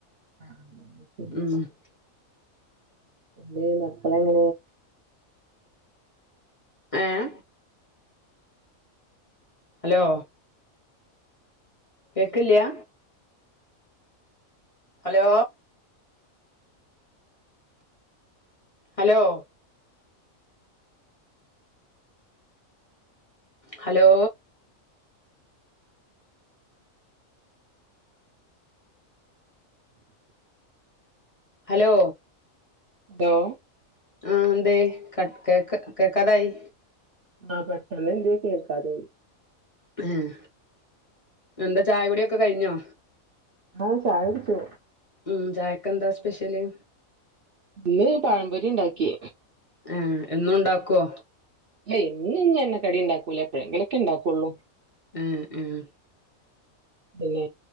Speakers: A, on the right; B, on the left.
A: <unintelligible>
B: ഉം
A: എന്തെയ് മക്കളെങ്ങനെ
B: ഏഹ് ഹലോ കേക്ക്ല്ല്യ hello hello hello hello
A: hello
B: ആഹ് എന്തേ കട്ട് കേക്ക കേക്കാതായി
A: ആഹ് പെട്ടെന്ന് എന്തേ കേക്കാതായി.
B: ഏഹ് എന്താ ചായ കുടിയൊക്കെ കഴിഞ്ഞോ
A: ആഹ് ചായ കുടിച്ചു.
B: ഉം ചായക്കെന്താ സ്പെഷ്യല്
A: ഇന്ന് പഴംപൊരി ഇണ്ടാക്കി
B: ഏഹ് എന്നുണ്ടാക്കോ
A: ഏയ് എന്നും ഇഞ്ഞെണ്ണക്കടി ഇണ്ടാക്കൂല എപ്പോഴെങ്കിലൊക്കെ ഉണ്ടാക്കുള്ളൂ.
B: ഉം ഉം
A: പിന്നേ